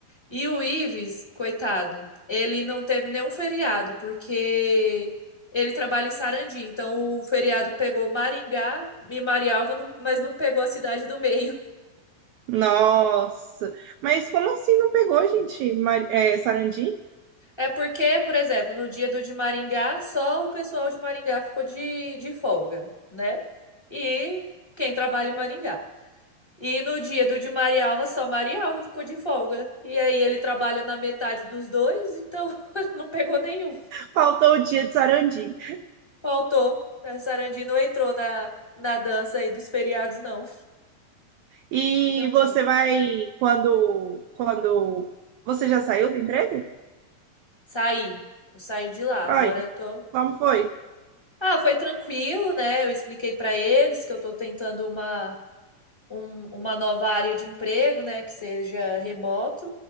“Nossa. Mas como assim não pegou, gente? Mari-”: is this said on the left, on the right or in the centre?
Right